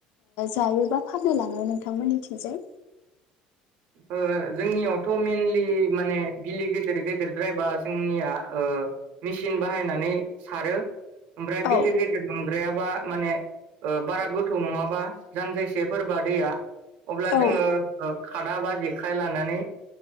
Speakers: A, on the left (about 75°); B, on the right (about 65°).
A: जायो बा फाननो लाङो नोंथांमोननिथिंजाय।
B: जोंनियावथ मेनलि माने बिलि गेदेर गेदेरद्रायबा जोंनिया मेसिन बाहायनानै सारो ओमफ्राय
A: औ
B: बिलो गेदेर नंद्रायाबा माने बारा गोथौ नङाबा जानजायसेफोरबा दैया अब्ला
A: औ
B: जोङो खादा बा जेखाय लानानै